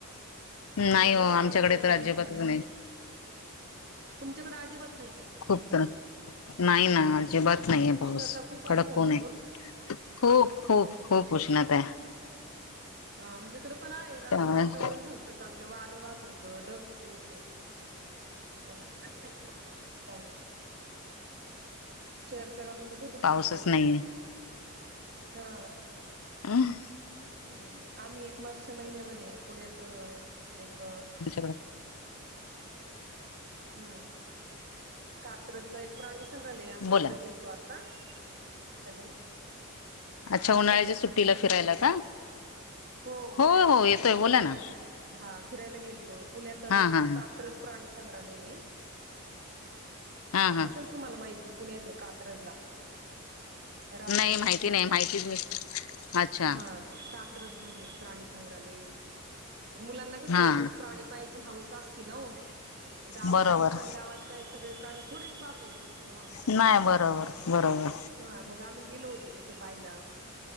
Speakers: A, on the right (about 50°); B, on the left (about 75°).
A: पण
B: नाही
A: आमच्या
B: हो
A: गावात
B: आमच्याकडे
A: तर नाही
B: अजिबातच
A: झालं.
B: नाही
A: तुमच्याकडं अजिबात नाही का
B: खूप तर नाही ना अजिबात नाहीेये
A: उष्णता
B: पाऊस
A: खूप असेल
B: कडक उण
A: ना
B: आहे.
A: मग
B: खूप खूप खूप उष्णता आहे.
A: ह आमच्या इकडे पण आहे रात्री
B: त्यामुळे
A: वातावरण झालतं चांगलं वारं वहात होतं ढग आले होते. <unintelligible> रां मध्ये भरपूर
B: पाऊसच
A: पाऊस झाला.
B: नाहीये
A: हा
B: अं
A: हम्. आम्ही एक मागच्या महिन्यामध्ये पुण्यात एक..
B: तुमच्याकडे
A: हम्म कात्रजला एक प्राणी संग्रहलय आम्ही
B: बोला
A: तिकडे गेलतो आता. हॅलो.
B: अच्छा
A: आवाज
B: उन्हाळ्याच्या सुट्टीला फिरायला का.
A: होत उन्हाळ्याच्या
B: हो हो
A: सुट्टीला
B: येतोय बोला
A: फिरायला.
B: ना
A: हा फिरायला गेलतो पुण्यात
B: हा हा हा
A: कात्रच प्राणी सं्रहालय
B: हा हा
A: असेल तुम्हाला माहिती. पुण्यात आहे कात्रजला. राजीव
B: नाही
A: गांधी
B: माहिती नाही माहितीच नाही अच्छा
A: हा कात्रज मध्ये. प्राणी संग्रहालय मुलांना कस
B: हा
A: प्रा पायाची हवस अस गाव
B: बरोबर
A: आहे पण गावात काय त प्राणी थोडीच पाहता येतं तेव्हा.
B: नाही बरोबर बरोबर
A: हा मग आम्ही गेलो होतो तिथं पाहिला